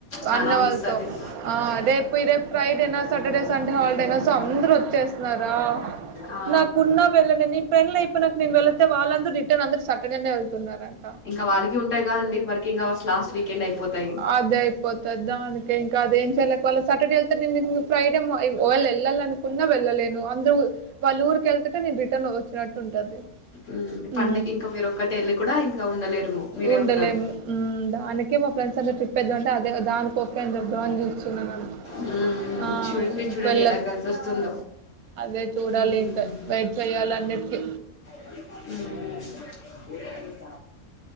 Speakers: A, on the left (about 60°); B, on the right (about 80°).
A: చానా
B: అన్నవాళ్ళతో
A: మిస్ అండి
B: హా రేపు రేపు ఫ్రైడేనా సాటర్డే సన్ హాల్డేనా అందరు వచ్చేస్తున్నార్ ఆ
A: ఆ
B: నాకున్న వెళ్ళ నె పెళ్ళ అయిపోయి నా నేను వెళతే వాళ్ళందరూ రిటర్న్ అందరు సటర్డేనె వెళ్తున్నారంట
A: ఇంకా వాళ్ళకి ఉంటాయి కదండి వర్కింగ్ అవర్స్ లాస్ట్ వీకెండ్ అయిపోతాయి
B: అదే అయిపోతది దానికంక అదే <inaudible> చెల్ల సాటర్డే వెళ్తే నేను ఫ్రైడే మా ఒకవేల వెళ్లాలి అనుకున్న వెళ్ళలేను అందరు వాళ్ళ ఊరుకిళ్తుటె నెన్ టన్ వచ్చినట్టుంటది
A: ఉమ్
B: హు
A: పండకి ఇంకా మీరు ఒక్కటే వెళ్ళి కూడా ఇంకా ఉండలేరు మీరే
B: ఉండలేము
A: ఉంటారు
B: మ్ దానికి మా ఫ్రెండ్స్ అందర్ ట్రిప్పేద్దాం అంటే అదే దానికోస ాన్ూ <inaudible>
A: ఉమ్
B: ఆ
A: చూడండి
B: ఇం
A: చూడండి
B: పెళ్ళ
A: ఎలా కలిసి వస్తుందో
B: అదె చూడాలి
A: ఉమ్
B: ఇంకా వై తల నొప్పి
A: <unintelligible>